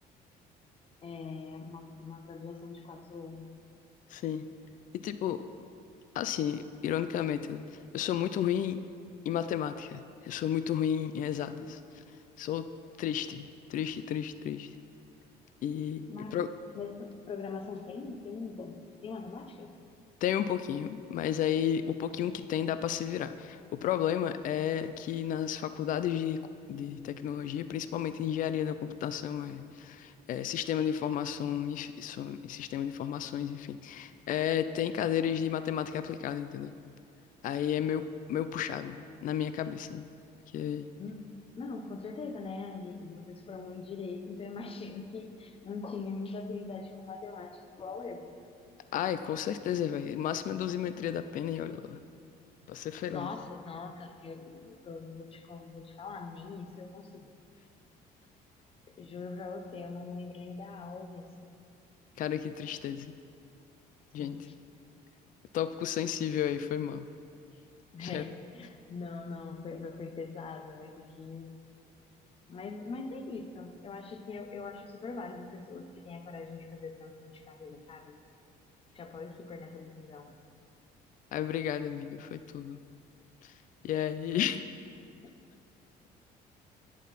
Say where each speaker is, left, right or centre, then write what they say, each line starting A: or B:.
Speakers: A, on the left; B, on the left.
A: é, uma, uma graduação de quatro anos.
B: Sim. E tipo, Assim, ironicamente, né? Eu sou muito ruim em matemática. Eu sou muito ruim em exatas. Sou triste, triste, triste, triste. E,
A: Mas,
B: e pro-
A: mas programação tem? Tem, tem matemática?
B: tem um pouquinho, mas aí o pouquinho que tem dá para se virar. O problema é que nas faculdades de, de tecnologia, principalmente em engenharia da computação, é, é sistema de informação, inf- so- sistema de informações, enfim, é, tem cadeiras de matemática aplicada, entendeu? Aí é meio, meio puxado na minha cabeça, né? Porque...
A: Hum, Não, com certeza, né? A gente- Você se formou em direito, então eu imagino que não tinha muita afinidade com matemática igual eu.
B: Ai, com certeza, velho. Máxima dosimetria da pena e olha lá. Pra ser feliz.
A: Nossa, nossa, eu, eu vou te, con- vou te falar, nem isso eu consigo. Juro pra você, eu não lembro nem da aula disso.
B: Cara, que tristeza.
A: Sim.
B: Gente,
A: <laughs>
B: tópico sensível aí, foi mal. <laughs>
A: É, não, não, foi, foi, foi pesado, vai ter que. Mas, mas é isso. Eu acho que eu, eu acho super válido pessoas que têm a coragem de fazer a transição de carreira, sabe? Te apoio super nessa decisão.
B: Ai, obrigado, amiga. Foi tudo. E aí? <laughs>
A: <laughs>